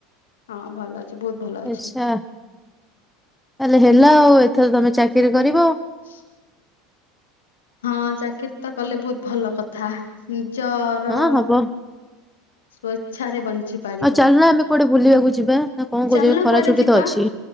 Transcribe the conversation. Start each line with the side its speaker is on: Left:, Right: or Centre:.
Left: ହଁ ଭଲ ଅଛି, ବହୁତ ଭଲ ଅଛି।
Centre: ଆଚ୍ଛା ତାହେଲେ ହେଲା ଆଉ ଏଥର ତମେ ଚାକିରି କରିବ।
Left: <inaudible> ହଁ ଚାକିରି ତ କଲେ ବହୁତ ଭଲ କଥା, ନିଜର
Centre: ହଁ ହବ
Left: <unintelligible> ଇଚ୍ଛାରେ ବଞ୍ଚି ପାରିବ,
Centre: ଆଉ ଚାଲୁନ ଆମେ କୁଆଡେ ବୁଲିବାକୁ ଯିବା ନା କଣ କହୁଛ
Left: ଚାଲୁନ
Centre: ଖରା
Left: କୁଆଡେ
Centre: ଛୁଟି
Left: ଯିବା?
Centre: ତ ଅଛି।